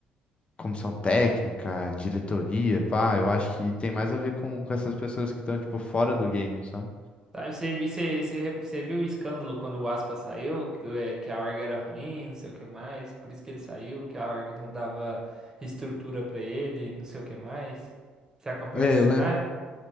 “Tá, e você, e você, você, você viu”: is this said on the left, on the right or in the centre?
Right